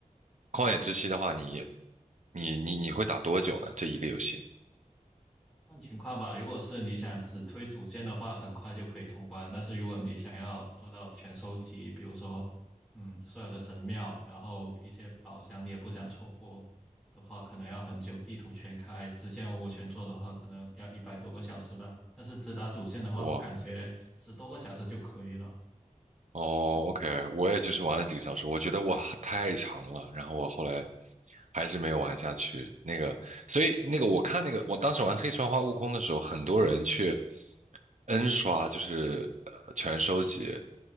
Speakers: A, on the right; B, in the centre.
A: 旷野之息的话，你你你你会打多久呢？这一个游戏？
B: 看情况吧，如果是你想只推主线的话，很快就可以通关。但是如果你想要做到全收集，比如说，嗯，所有的神庙，然后一些宝箱你也不想错过的话，可能要很久。地图全开，支线我全做的话，可能要一百多个小时吧。但是只打主线的话，
A: 哇，
B: 我感觉十多个小时就可以了。
A: 哦，OK，我也就是玩了几个小时，我觉得哇太长了，然后我后来还是没有玩下去。那个，所以那个我看那个，我当时玩黑神话悟空的时候，很多人去 N 刷，就是呃全收集。